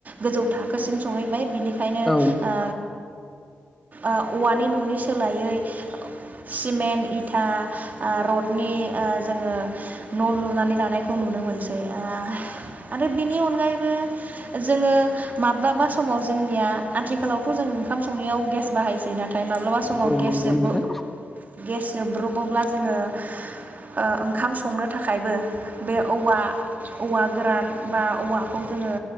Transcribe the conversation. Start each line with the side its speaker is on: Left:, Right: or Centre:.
Right: गोजौ थाखोसिम सहैबाय बिनिख खायनो ओ
Centre: औ नंगौ नोंथां औ
Right: ओ औवानि न'नि सोलायै सिमेन्ट इथा ओ रडनि ओ जोङो न' लुनानै लानायखौ नुनो मोनसै ओ आरो बिनि अनगायैबो जोङो माब्लाबा समाव जोंनिया आथिखालावथ' जों ओंखाम संनायाव गेस बाहायसै नाथाय माब्लाबा समाव गेस
Centre: नंगौ
Right: जबो
Centre: नोंथां
Right: गेस जोबब्रबोब्ला जोङो ओ ओंखाम संनो थाखायबो बे औवा औवा गोरान बा औवाखौ जोङो